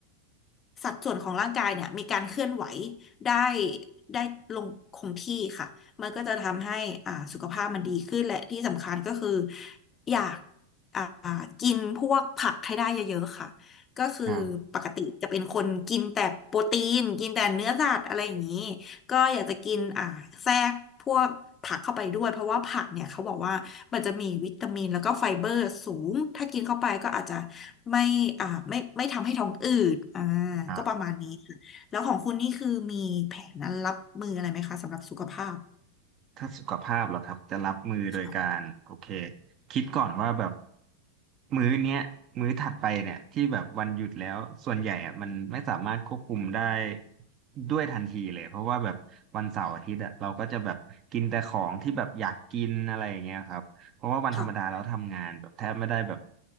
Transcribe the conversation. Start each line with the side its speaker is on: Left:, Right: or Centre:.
Left: สัดส่วนของร่างกายเนี่ยมีการเคลื่อนไหวได้ได้ลงคงที่ค่ะมันก็จะทำให้อ่าสุขภาพมันดีขึ้นและที่สำคัญก็คืออยาก อ่ากินพวกผักให้ได้เยอะๆค่ะก็คือปกติจะเป็นคนกินแต่โปรตีนกินแต่เนื้อสัตว์อะไรอย่างนี้
Right: ครับ
Left: ก็อยากจะกินอ่าแทรกพวกผักเข้าไปด้วยเพราะว่าผักเนี่ยเขาบอกว่ามันจะมีวิตามินแล้วก็ไฟเบอร์สูงถ้ากินเข้าไปก็อาจจะไม่อ่าไม่ไม่ทำให้ท้องอืดอ่า
Right: ครับ
Left: ก็ประมาณนี้ค่ะแล้วของคุณนี่คือมีแผนนั้นรับมืออะไรไหมคะสำหรับสุขภาพ
Right: ถ้าสุขภาพเหรอครับจะรับมือโดยการโอเค
Left: ค่ะ
Right: คิดก่อนว่าแบบมื้อเนี้ยมื้อถัดไปเนี่ยที่แบบวันหยุดแล้วส่วนใหญ่อะมันไม่สามารถควบคุมได้ด้วยทันทีเลยเพราะว่าแบบวันเสาร์อาทิตย์อะเราก็จะแบบกินแต่ของที่แบบอยากกินอะไรอย่างเงี้ยครับเพราะว่าวันธรรมดาเราทำงานแบบแทบไม่ได้แบบ
Left: ค่ะ